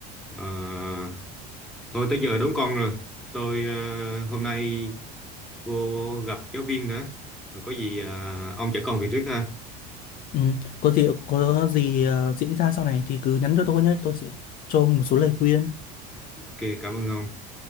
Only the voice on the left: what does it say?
Ừ, có gì có gì ờ, diễn ra sau này thì cứ nhắn cho tôi nhé, tôi sẽ cho một số lời khuyên.